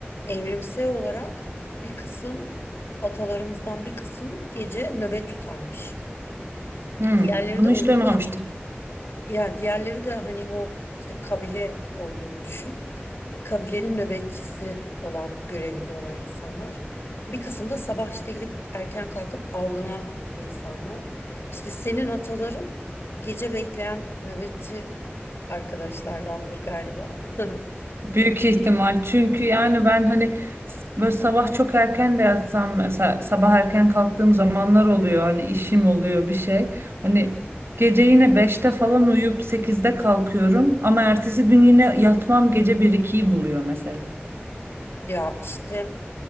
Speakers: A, on the left; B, on the right.
A: evrimsel olarak bir kısım atalarımızdan bir kısım gece nöbet tutarmış.
B: Hmm,
A: Diğerleri
B: bunu
A: de uyur
B: hiç duymamıştım.
A: din ya diğerleri de hani o işte kabile olduğunu düşün. E, Kabilenin nöbetçisi olan görevinde olan insanlar. Bir kısım da sabah işte gidip erken kalkıp avlanan insanlar. İşte senin ataların gece bekleyen nöbetçi arkadaşlardandır galiba. <laughs>
B: Büyük ihtimal. Çünkü yani ben hani s- böyle sabah çok erken de yatsam mesela sabah erken kalktığım zamanlar oluyor. Hani işim oluyor bir şey. Hani gece yine beşte falan uyuyup sekizde kalkıyorum ama ertesi gün yine yatmam gece bir ikiyi buluyor mesela.
A: Ya işte